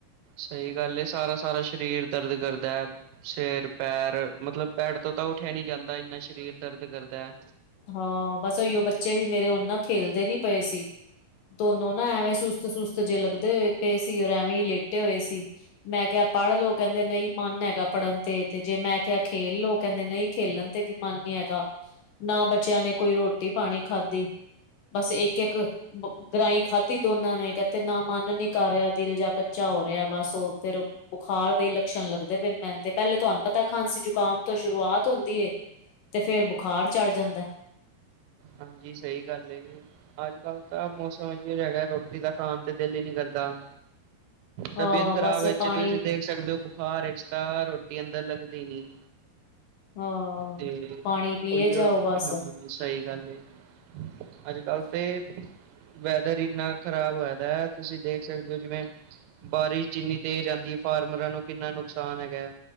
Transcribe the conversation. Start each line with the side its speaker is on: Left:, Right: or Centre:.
Right: ਸਹੀ ਗੱਲ ਏ ਸਾਰਾ-ਸਾਰਾ ਸਰੀਰ ਦਰਦ ਕਰਦਾ। ਸਿਰ, ਪੈਰ ਮਤਲਬ ਬੈਡ ਤੋਂ ਉੱਠਿਆ ਨੀ ਜਾਂਦਾ। ਇੰਨਾ ਸਰੀਰ ਦਰਦ ਕਰਦਾ।
Left: ਹਾਂ, ਬਸ ਉਹੀਓ ਬੱਚੇ ਵੀ ਮੇਰੇ ਹੁਣ ਨਾ ਖੇਲਦੇ ਨੀ ਪਏ ਸੀ। ਦੋਨੋ ਨਾ ਐਵੇਂ ਸੁਸਤ-ਸੁਸਤ ਜੇ ਲੱਗਦੇ ਪਏ ਸੀ, ਔਰ ਐਵੇਂ ਹੀ ਲੇਟੇ ਹੋਏ ਸੀ। ਮੈਂ ਕਿਹਾ ਪੜ੍ਹ ਲੋ, ਕਹਿੰਦੇ ਨਹੀਂ- ਮਨ ਹੈਗਾ ਪੜ੍ਹਨ ਤੇ, ਤੇ ਜੇ ਮੈਂ ਕਿਹਾ ਖੇਲ ਲੋ ਕਹਿੰਦੇ ਨਹੀਂ ਖੇਲਣ ਤੇ ਵੀ ਮਨ ਨੀ ਹੈਗਾ। ਨਾ ਬੱਚਿਆਂ ਨੇ ਕੋਈ ਰੋਟੀ ਪਾਣੀ ਖਾਧੀ। ਬਸ ਇੱਕ-ਇੱਕ ਗਰਾਈ ਖਾਧੀ ਦੋਨਾਂ ਨੇ ਕਹਿਦੇ ਨਾ ਮਨ ਨੀ ਕਰ ਰਿਹਾ ਦਿਲ ਜਾ ਕੱਚਾ ਹੋ ਰਿਹਾ। ਬਸ, ਉਹ ਫਿਰ ਬੁਖਾਰ ਦੇਹੀ ਲੱਛਣ ਲੱਗਦੇ ਪਏ ਮੈਨੂੰ ਤੇ ਪਹਿਲੇ ਤੁਹਾਨੂੰ ਪਤਾ ਖਾਂਸੀ ਜ਼ੁਕਾਮ ਤੋਂ ਸ਼ੁਰੂਆਤ ਹੁੰਦੀਏ। ਤੇ ਫੇਰ ਬੁਖਾਰ ਚੜ੍ਹ ਜਾਂਦਾ।
Right: ਹਾਂਜੀ ਸਹੀ ਗੱਲ ਏ। ਅੱਜ ਕੱਲ ਤਾਂ ਮੌਸਮ ਇੋਝ ਹੈਗਾ ਰੋਟੀ ਦਾ ਖਾਣ ਤੇ ਦਿਲ ਹੀ ਨੀ ਕਰਦਾ।
Left: ਹਾਂ
Right: ਤਬੀਅਤ ਖ਼ਰਾਬ
Left: ਬਸ
Right: ਵਿੱਚ
Left: ਪਾਣੀ
Right: ਤੁਸੀਂ ਦੇਖ ਸਕਦੇ ਹੋ ਬੁਖਾਰ ਵਿੱਚ ਤਾਂ ਰੋਟੀ ਅੰਦਰ ਲੱਗਦੀ ਨੀ।
Left: ਹਾਂ,
Right: ਤੇ
Left: ਪਾਣੀ ਪੀਏ
Right: ਉਹੀ
Left: ਜਾਓ ਬਸ
Right: ਹਾਂ ਸਹੀ ਗੱਲ ਏ। ਅੱਜ ਕੱਲ ਤੇ ਵੈਦਰ ਇੰਨਾ ਖ਼ਰਾਬ ਹੋਇਆ ਦਾ ਹੈ ਤੁਸੀਂ ਦੇਖ ਸਕਦੇ ਹੋ ਜਿਵੇਂ ਬਾਰਿਸ਼ ਜੀਨੀ ਤੇਜ਼ ਆਉਂਦੀ ਹੈ। ਫਾਰਮਰਾਂ ਨੂੰ ਕਿੰਨਾ ਨੁਕਸਾਨ ਹੈਗਾ ਹੈ।